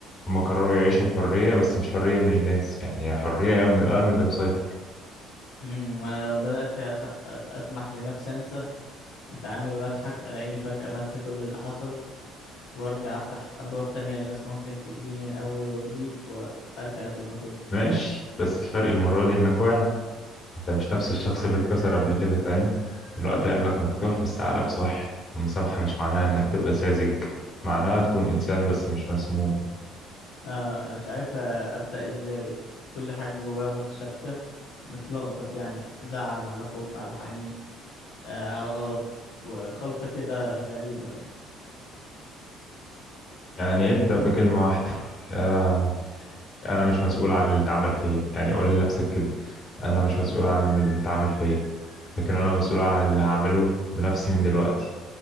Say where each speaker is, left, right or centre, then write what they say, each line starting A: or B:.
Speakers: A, on the left; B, on the left.
A: هم قرروا يعيشوا بحرية بس مش حرية من الناس يعني هي حرية من الألم اللي مسيطر
B: امم وانا لو بدأت أس- أ- اسمح لنفسي انسى اتعامل واضحك الاقيني فجأة بنسى كل اللي حصل وارجع افتح ابواب تانية للناس ممكن تأذيني من اول وجديد وارجع زي ما كنت
A: ماشي بس الفرق المرة دي انك واعي انت مش نفس الشخص اللي اتكسر قبل كده فاهم دلوقتي قلبك مفتوح بس عقلك صح المسامحة مش معناها انك تبقى ساذج معناها تكون انسان بس مش مسموم
B: آه انا مش عارف آه، ابدأ ازاي كل حاجة جوايا متشابكة متلخبط يعني زعل على خوف على حنين آه على غضب وخلطة كده غريبة يعني
A: يعني ابدأ بكلمة واحدة آه، انا مش مسؤول عن اللي اتعمل فيا يعني قول لنفسك كده انا مش مسؤول عن اللي اتعمل فيا لكن انا مسؤول عن اللي هعمله بنفسي من دلوقتي